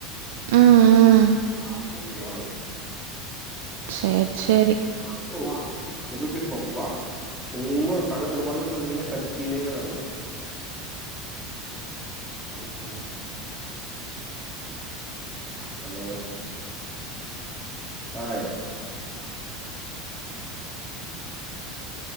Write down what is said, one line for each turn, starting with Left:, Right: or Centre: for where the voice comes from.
Right: ம் ம்
Centre: ஹ கூப்ப
Right: சேர் சேரி
Centre: ஆமா உப்பப்ப சொப்பவா சும்மா பக்கத்து பக்கத்துல இருந்துனே கத்தினேங்கிறாங்கங்க <unintelligible> ஹலோ அய்